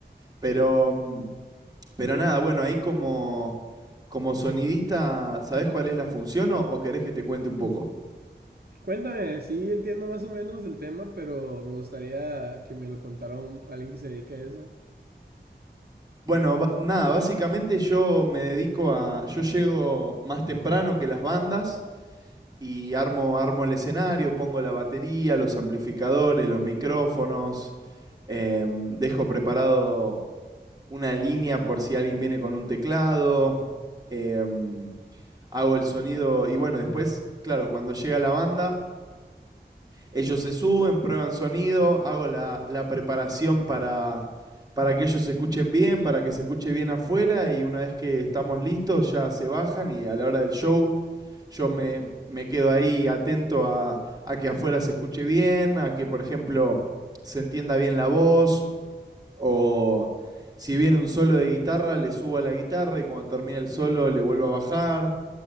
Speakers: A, on the right; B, on the right.
A: Pero, mm, pero nada, bueno, ahí como, como sonidista, ¿sabés cuál es la función o, o querés que te cuente un poco?
B: Cuéntame, sí entiendo más o menos del tema, pero me gustaría que me lo contara un- alguien que se dedica a eso.
A: Bueno, ba- nada, básicamente yo me dedico a, yo llego más temprano que las bandas y armo, armo el escenario, pongo la batería, los amplificadores, los micrófonos, em, dejo preparado una línea por si alguien viene con un teclado, em, hago el sonido y bueno, después, claro, cuando llega la banda, ellos se suben, prueban sonido, hago la, la preparación para, para que ellos se escuchen bien, para que se escuche bien afuera y una vez que estamos listos ya se bajan y a la hora del show yo me, me quedo ahí atento a, a que afuera se escuche bien, a que por ejemplo se entienda bien la voz o si viene un solo de guitarra le subo a la guitarra y cuando termina el solo le vuelvo a bajar